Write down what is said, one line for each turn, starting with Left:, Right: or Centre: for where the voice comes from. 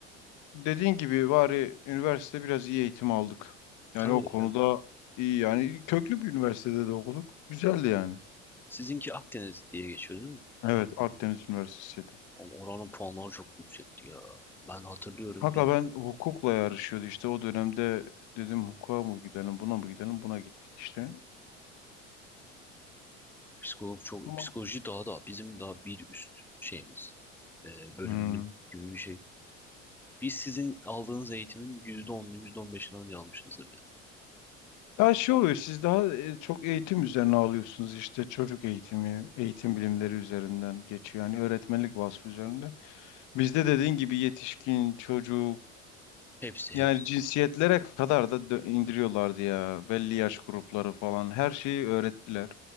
Left: dediğin gibi bari üniversite biraz iyi eğitim aldık. Yani
Centre: Tabii
Left: o
Centre: de
Left: konuda
Centre: yani.
Left: iyi yani köklü bir üniversitede de okuduk. Güzeldi yani.
Centre: Sizinki Akdeniz diye geçiyor değil mi?
Left: Evet
Centre: Akdeniz.
Left: Akdeniz Üniversitesi'ydi.
Centre: Ama Oranın puanları çok yüksekti ya. Ben hatırlıyorum
Left: Hatta
Centre: bir
Left: ben hukukla yarışıyordu işte o dönemde dedim hukuka mı gidelim buna mı gidelim buna gittik işte.
Centre: Psikolog çok
Left: Tamam.
Centre: psikoloji daha da bizim daha bir üst şeyimiz e, bölümümüz
Left: Hmm.
Centre: gibi bir şey. Biz sizin aldığınız eğitimin yüzde onunu, yüzde on beşini anca almışızdır yani.
Left: Ya şey oluyor siz daha e, çok eğitim üzerine alıyorsunuz işte çocuk eğitimi, eğitim bilimleri üzerinden geçiyor. Yani öğretmenlik vasfı üzerinde. Bizde dediğin gibi yetişkin, çocuk,
Centre: Hepsi
Left: Yani
Centre: hepsi.
Left: cinsiyetlere kadar da dö- indiriyorlardı ya. Belli yaş grupları falan. Her şeyi öğrettiler.